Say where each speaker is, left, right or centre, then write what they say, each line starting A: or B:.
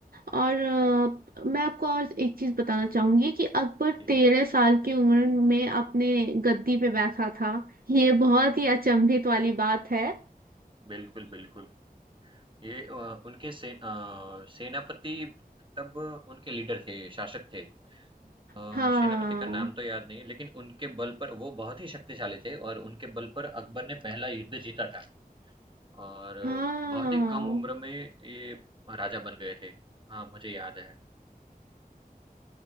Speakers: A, on the right; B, on the right.
A: और अ, मैं आपको और एक चीज बताना चाहूंगी कि अकबर
B: जी, जी।
A: तेरह साल की उम्र में अपने गद्दी पे बैठा था ये बहुत ही अचंभित वाली बात है
B: बिल्कुल, बिल्कुल। ये अ, उनके से अ, सेनापति तब उनके लीडर थे, शासक थे। अ,
A: हाँ
B: सेनापति का नाम तो याद नहीं लेकिन उनके बल पर वो बहुत ही शक्तिशाली थे और उनके बल पर अकबर ने पहला युद्ध जीता था और
A: हाँ
B: बहुत ही कम उम्र में ये राजा बन गए थे हाँ मुझे याद है